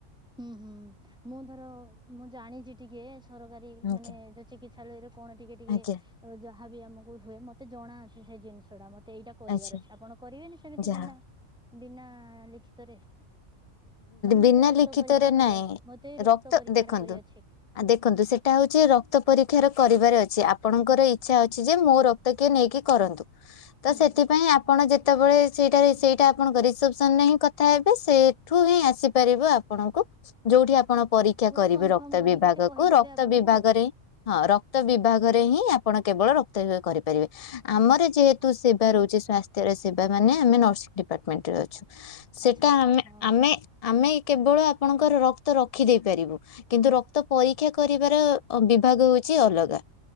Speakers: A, in the centre; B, on the left.
A: ହୁଁ ହୁଁ ମୁଁ ଧର ମୁଁ ଜାଣିଛି ଟିକେ ସରକାରୀ
B: ଆଜ୍ଞା
A: ମାନେ ଯ ଚିକିତ୍ସାଲୟରେ କଣ ଟିକେ ଟିକେ
B: ଆଜ୍ଞା
A: ଅ ଯାହାବି ଆମକୁ ହୁଏ, ମତେ ଜଣାଅଛି ସେ ଜିନିଷ ଟା ମତେ ଏଇଟା କରିବାର
B: ଆଚ୍ଛା
A: ଅଛି। ଆପଣ କରିବେନି ସେମିତି
B: ଯାହା
A: ବିନା ବିନା ଲିଖିତରେ। ମାନେ
B: ବିନା
A: ମତେ ରକ୍ତ
B: ଲିଖିତରେ
A: ପରୀକ୍ଷା କରିବା
B: ନାଇଁ,
A: ମତେ ଏଇ
B: ରକ୍ତ
A: ପରୀକ୍ଷାର
B: ଦେଖନ୍ତୁ
A: କରିଅଛି।
B: ଆ ଦେଖନ୍ତୁ ସେଟା ହୋଉଛି ରକ୍ତ ପରୀକ୍ଷାର କରିବାର ଅଛି, ଆପଣଙ୍କର ଇଚ୍ଛା ଅଛି ଯେ ମୋ ର <inaudible> ନେଇକି କରନ୍ତୁ, ତ
A: ହୁଁ
B: ସେଥିପାଇଁ ଆପଣ ଯେତ୍ ସେତେବଳେ ସେଇଟାରେ ସେଇଟା ଆପଣଙ୍କ ରିସପସନ୍ ରେ ହିଁ କଥା ହେବେ ସେ ଠୁ ହିଁ ଆସିପାରିବେ ଆପଣଙ୍କୁ ଯୋଉଠି ଆପଣ ପରୀ କ୍ଷା
A: ପୁରା
B: କରିବେ
A: କନଫର୍ମ
B: ରକ୍ତ
A: କରିକି
B: ବିଭାଗକୁୁ
A: ସେ କହିଦେବେ
B: ରକ୍ତ
A: ଆପଣଙ୍କୁ
B: ବିଭାଗରେ ହିଁ ହଁ ରକ୍ତ ବିଭାଗରେ ହିଁ ଆପଣ କେବଳ ରକ୍ତ <inaudible> କରି ପାରିବେ, ଆମର ଯେହେତୁ ସେବା ରହୁଛି ସାସ୍ଥ୍ୟର ସେବା ମାନେ ଆମେ ନର୍ସିଂ ଡିପାର୍ଟମେଣ୍ଟରେ ଅ ଛୁ, ସେଟା
A: ଆଚ୍ଛା ଆଚ୍ଛା
B: ଆମେ-ଆମେ-ଆମେ
A: ହଁ।
B: କେବଳ ଆପଣଙ୍କର ରକ୍ତ ରଖି ଦେଇ ପାରିବୁ। କିନ୍ତୁ ରକ୍ତ ପରୀକ୍ଷା କରିବାର ଅ ବିଭାଗ ହଉଛି ଅଲଗା।